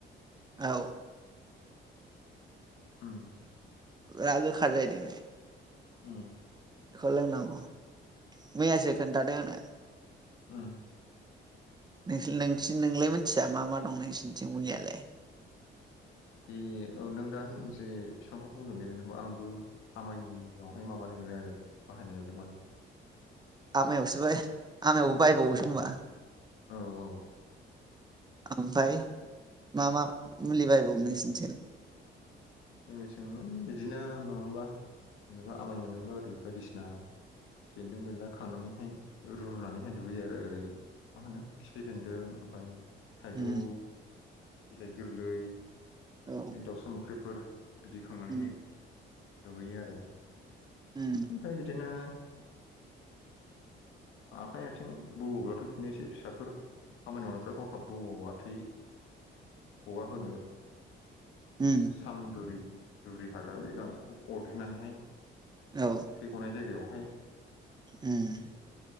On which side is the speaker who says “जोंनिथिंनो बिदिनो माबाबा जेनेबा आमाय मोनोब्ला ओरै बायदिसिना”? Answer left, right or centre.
Left